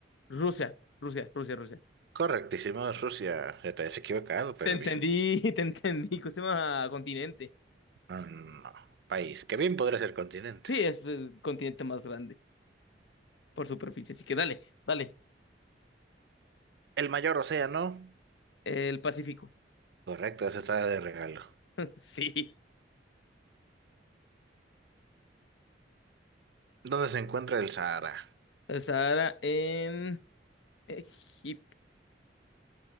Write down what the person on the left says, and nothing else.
Rusia, Rusia, Rusia, Rusia.
Te entendí,
<laughs> te entendí. ¿Cómo se llama? Continente.
Sí, es el continente más grande por superficie. Así que dale, dale.
El Pacífico.
<laughs> Sí.
El Sahara en Egipto,